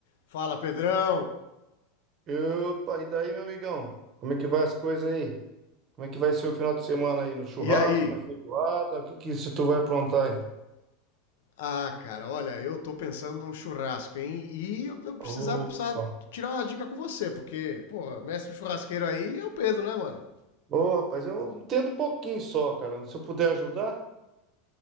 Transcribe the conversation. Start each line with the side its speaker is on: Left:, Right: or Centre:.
Left: Fala, Pedrão!
Right: Opa, e daí, meu amigão? Como é que vai as coisas aí? Como é que vai ser o final de semana aí? No churrasco,
Left: E aí?
Right: na feijoada? O que que isso tu vai aprontar aí?
Left: Ah, cara, olha, eu tô pensando num churrasco, hein? E eu, eu precisava,
Right: Opa.
Left: precisava tirar uma dica com você, porque, porra, mestre churrasqueiro aí é o Pedro, né, mano?
Right: Ô, rapaz, eu entendo um pouquinho só, cara. Se eu puder ajudar,